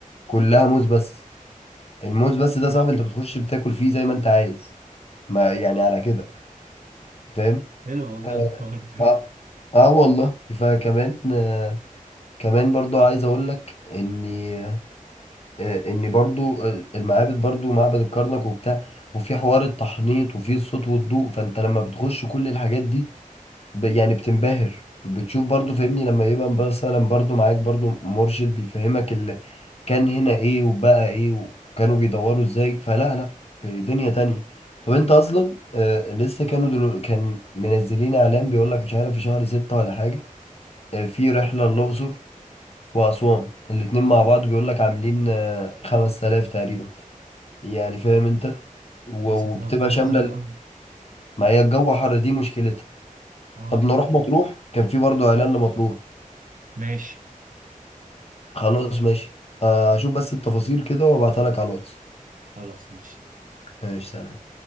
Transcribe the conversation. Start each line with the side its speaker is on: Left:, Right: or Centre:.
Left: كلها موز بس الموز بس ده صعب انت بتخش بتاكل فيه زي ما انت عايز ما يعني على كده فاهم
Right: حلو والله
Left: اه
Right: الحوار ده
Left: اه آه والله فكمان آه كمان برضو عايز اقول لك اني آه اني برضو آه، المعابد برضو معبد الكرنك وبتاع وفي حوار التحنيط وفي الصوت والضوء فانت لما بتخش كل الحاجات دي ب- يعني بتنبهر بتشوف برضو فاهمني لما يبقى مثلا برضو معاك برضو مرشد بيفهمك اللي كان هنا ايه وبقى ايه وكانوا بيدوروا ازاي فلا لا في دنيا تانية طب انت اصلا آه لسه كانوا دلو... كان منزلين اعلان بيقول لك مش عارف في شهر ستة ولا حاجة آه في رحلة للأقصر وأسوان الاتنين مع بعض بيقول لك عاملين آه 5000 تقريبا يعني فاهم انت و-
Right: بس
Left: وبتبقى
Right: هتبقى في جو
Left: شاملة
Right: حر
Left: ال-
Right: قوي
Left: ما هي الجو حر دي مشكلتها
Right: اه
Left: طب نروح مطروح كان في برضو اعلان لمطروح
Right: ماشي
Left: خلاص ماشي آه، هشوف بس التفاصيل كده وابعتها لك على الواتس
Right: خلاص ماشي
Left: ماشي سلام